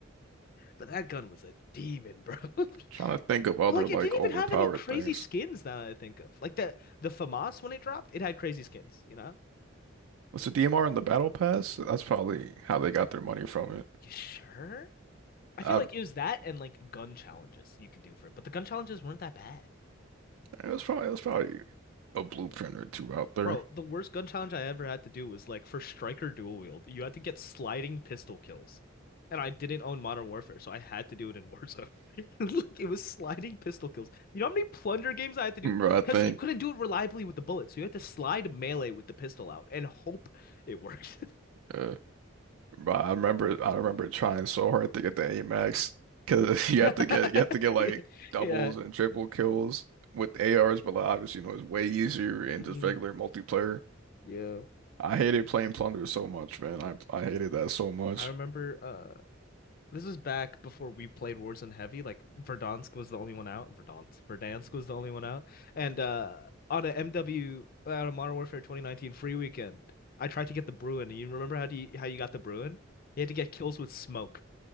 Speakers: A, on the left; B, on the right.
A: but that gun was a demon, bro. <laughs>
B: Trying to think of other
A: Like
B: like
A: it didn't
B: overpowered
A: even have any crazy
B: things.
A: skins that I think of. Like the the FAMAS when it dropped, it had crazy skins, you know?
B: Was the DMR in the Battle Pass? That's probably how they got their money from it.
A: You sure? I
B: I,
A: feel like it was that and like gun challenges you could do for it, but the gun challenges weren't that bad.
B: It was probably it was probably a blueprint or two out there.
A: Bro, the worst gun challenge I ever had to do was like for Striker Dual Wield, you had to get sliding pistol kills. And I didn't own Modern Warfare, so I had to do it in Warzone. <laughs> Look, it was sliding pistol kills. You know how many plunder games I had to do?
B: But I think,
A: Because you couldn't do it reliably with the bullets, so you had to slide melee with the pistol out and hope it worked.
B: uh, but I remember I remember trying so hard to get the A Max because
A: <laughs>
B: <laughs> you have to get you have to get like
A: Yeah.
B: doubles
A: Yeah.
B: and triple kills with ARs, but like, obviously you know it's way easier in
A: Mm,
B: just regular multiplayer.
A: yeah.
B: I hated playing Plunder so much, man. I I hated that so much.
A: I remember uh. This was back before we played Warzone heavy. Like Verdansk was the only one out. Verdansk, Verdansk was the only one out. And uh on a MW on a Modern Warfare 2019 free weekend, I tried to get the Bruin. And you remember how do you, how you got the Bruin? You had to get kills with smoke